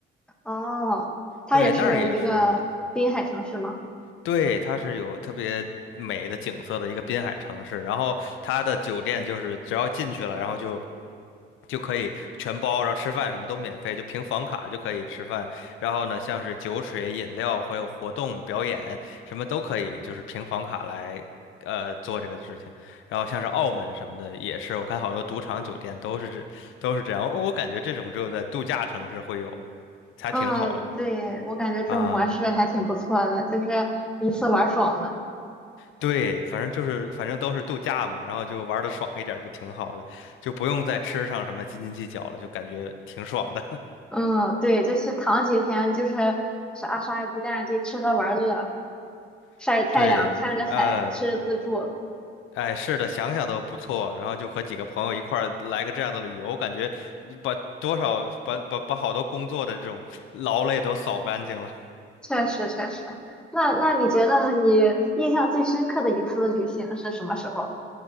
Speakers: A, in the centre; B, on the left.
A: 哦，它也是一个滨海城市吗？
B: 对，那儿也是，对，它是有特别美的景色的一个滨海城市。然后它的酒店就是只要进去了，然后就就可以全包，然后吃饭什么都免费，就凭房卡就可以吃饭。然后呢，像是酒水、饮料，还有活动、表演，什么都可以，就是凭房卡来呃做这个事情。然后像是澳门什么的，也是我看好多赌场酒店都是这都是这样。我感觉这种只有在度假城市会有，才挺好的
A: 嗯，对，我感觉这种模式还挺不错的，
B: 啊。
A: 就是一次玩爽了。
B: 对，反正就是反正都是度假嘛，然后就玩的爽一点儿就挺好的，就不用在吃上什么斤斤计较了，就感觉挺爽的。
A: 嗯，对，就是躺几天，就是啥啥也不干，就吃喝玩乐，晒着太阳，
B: <laughs> 对，
A: 看着海，
B: 呃。
A: 吃着自助，
B: 哎，是的，想想都不错。然后就和几个朋友一块儿来个这样的旅游，我感觉把多少把把把好多工作的这种劳累都扫干净了。
A: 确实确实。那那你觉得你印象最深刻的一次旅行是什么时候？